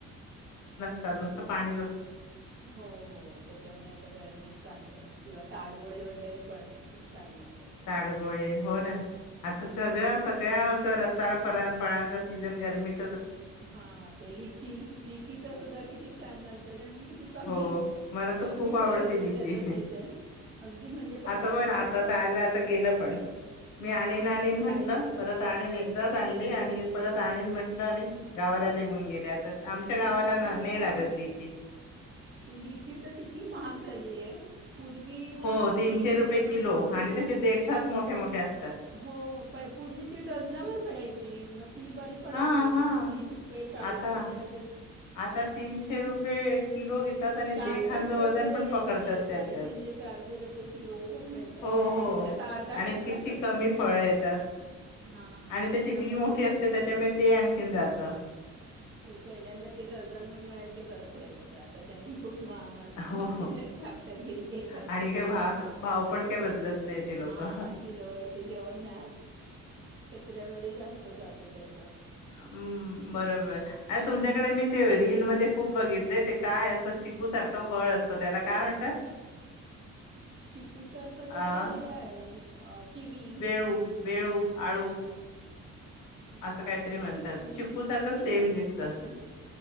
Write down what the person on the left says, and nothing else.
त्या नुसत पाणीत
साडगोळे हो ना आता सगळ्या सगळ्या रसाळ फळांचा सीझन गरमीत
हो मला तर
खूप
आवडते
लिची.
आता बघ
ना आता तर आलं आता गेलं पण मी
आणन आणन
म्हटलं
परत
आणन
एकदाच
आणली
आणि
परत आणन म्हटलं आणि गावाला निघून गेले आता आमच्या गावाला
ना-
नाही लागत लिची
हो तीनशे
रुपये
किलो
आणि त्याचे देठाच मोठे मोठे असतात
हा हा
आता
आता तीनशे रुपये किलो घेतात
आणि
देठांचं
वजन
पण पकडतात त्याच्यात
हो
हो
आणि
किती
कमी फळं येतात
आणि
त्याची बी
मोठी असते
त्याच्यामुळे
ते आणखीन जातं
हो,
हो.
आणि काय
भाव
भाव पण काही बदलत नाही ते लोकं.
हम् बरोबर अ तुमच्या नाही मी ते रील मध्ये खूप बघितले ते काय असत चिकू सारखं फळ असतं त्याला काय म्हणतात?
अ,
वेळू, वेळू आळू
असं काहीतरी म्हणतात
चिकू सारखं
सेम
दिसत.